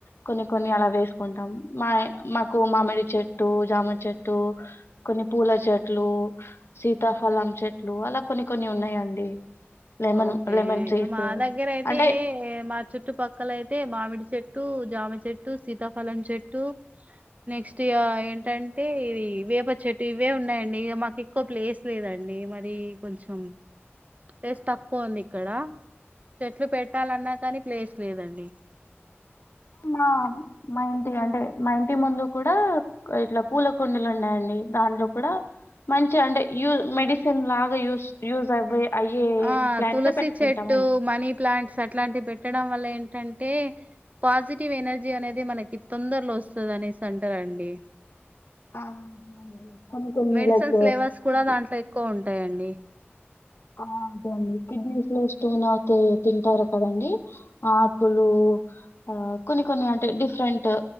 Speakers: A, on the left; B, on the right.
A: కొన్ని కొన్ని అలా వేసుకుంటాం మా మాకు మామిడి చెట్టు జామ చెట్టు కొన్ని పూల చెట్లు సీతాఫలం చెట్ లు అల కొన్ని కొన్ని ఉన్నాయండి లెమన్
B: ఓకే
A: లెమన్ ట్రీస్
B: మా దగ్గర అయితే
A: అంటే
B: మా చుట్టుపక్కలయితే మామిడి చెట్టు జామ చెట్టు సీతాఫలం చెట్టు నెక్స్ట్ ఇగ ఏంటంటే ఇ వేప చెట్టు ఇవే ఉన్నాయండి ఇక మాకు ఎక్కువ ప్లేస్ లేదండి మరి కొంచెం ప్లేస్ తక్కువ ఉంది ఇక్కడ చెట్లు పెట్టాలన్నా కానీ ప్లేస్ లేదండి
A: మా మా ఇంటి అంటే మా ఇంటి ముందు కూడా ఇట్లా పూల కుండీలు ఉన్నాయండి దాంట్లో కూడా మంచి అంటే యూ మెడిసిన్ లాగా యూస్ యూజ్ అవ్వే అయ్యే
B: ఆ
A: ప్లాంట్సే
B: తులసి
A: పెట్టుకుంటామండి
B: చెట్టు మనీ ప్లాంట్స్ అట్లాంటివి పెట్టడం వల్ల ఏంటంటే పాజిటివ్ ఎనర్జీ అనేది మనకి తొందరలో వస్తుంది అనేసి అంటారు అండి
A: ఆ అవునండి కొన్ని కొన్ని
B: మెడిసిన్స్
A: లైక్
B: ఫ్లేవర్స్
A: కిడ్నీ
B: కూడా దాంట్లో ఎక్కువ ఉంటాయంండి
A: ఆ అదే అండి కిడ్నీస్ లో స్టోన్ అయితే తింటారు కదండి ఆకులు ఆ కొన్ని కొన్ని అంటే డిఫరెంట్